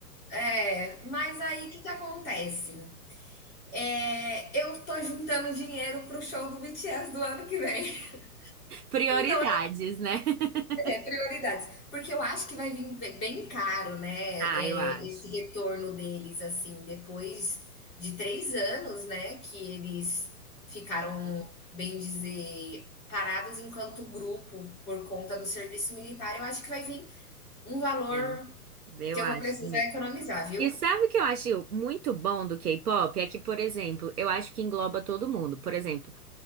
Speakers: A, in the centre; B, on the right.
A: É, mas aí o que que acontece? É, eu tô juntando dinheiro pro show do BTS do ano que vem. <laughs>
B: Prioridades,
A: Então
B: né? <laughs>
A: É, prioridades. Porque eu acho que vai vir be- bem caro, né?
B: Ah,
A: É,
B: eu acho.
A: esse retorno deles, assim, depois de três anos, né? Que eles ficaram,
B: Hum,
A: bem dizer, parados enquanto grupo por conta do serviço militar. Eu acho que vai vir um valor
B: é. Eu
A: que eu
B: acho
A: vou precisar
B: também.
A: economizar, viu?
B: E sabe o que eu acho muito bom do K-pop? É que, por exemplo, eu acho que engloba todo mundo. Por exemplo,